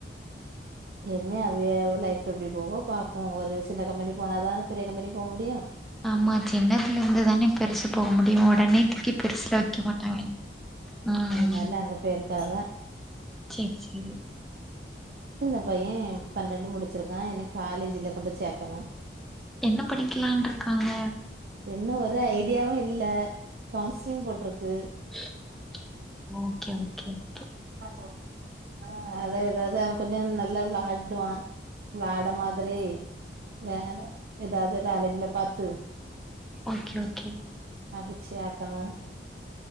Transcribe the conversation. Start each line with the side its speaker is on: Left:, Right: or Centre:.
Right: இனிமே அப்டியே லைஃப் எப்டி போகோ பாப்போ ஒரு சின்ன கம்பெனி போனாதானே பெரிய கம்பெனி போ முடியு
Centre: ஆமா சின்னதுல இருந்து தானே பெருசு போ முடியு ஒடனே தூக்கி பெருசுல வைக்க மாட்டாங்க ம்
Right: அதுனால அங்க போயிருக்காவ
Centre: சேரி சேரி
Right: சின்ன பைய பன்னெண்டு முடிச்சிருக்கா இனி காலேஜ்ல கொண்டு சேக்கணு
Centre: என்ன படிக்லான் இருக்காங்க
Right: இன்னு ஒரு ஐடியாவு இல்ல கவுன்சிலிங் போட்ருக்கு
Centre: ஓகே ஓகே ஓகே
Right: ஆஹ ஆ அத எதாவது அவ கொஞ்ச நல்லா வ்ளாடுவா வ்ளாட மாதிரி வேற ஏதாது காலேஜ்ல பாத்து
Centre: ஓகே ஓகே
Right: அப்டி சேக்கணு